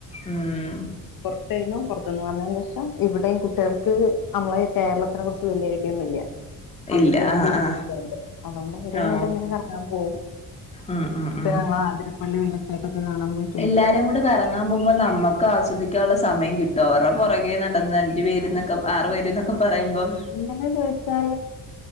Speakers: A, on the left (about 15°); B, on the left (about 65°).
A: ഉം
B: പുറത്തായിരുന്നു പുറത്ത്ന്ന് വന്നതിന് ശേഷം ഇവിടെയും കുട്ടികൾക്ക് നമ്മളെ കേരളത്തിനെ കുറിച്ച് വല്യായിട്ട് <unintelligible> അവര്
A: ഇല്ല
B: പുറത്ത്
A: ആ
B: ജീവിച്ചതോണ്ട്
A: ആ
B: അതുകൊണ്ട് അവരേം
A: ആ
B: കൊണ്ട് <unintelligible> കറാങ്ങാൻ പോവും
A: ഉം ഉം ഉം
B: പിന്നെ ഞങ്ങള് ആതിരപ്പള്ളി വെള്ളച്ചാട്ടൊക്കെ കാണാം പോയി
A: എല്ലാരേം കൂടെ കറങ്ങാൻ പോകുമ്പോ നമ്മക്ക് ആസ്വദിക്കാനുള്ള സമയം കിട്ട്വോ അവർടെ പുറകെ നടന്ന് അഞ്ച് പേരന്നൊക്കെ ആറ് പേര് പറയുമ്പം
B: അങ്ങനെ ചോയിച്ചാല്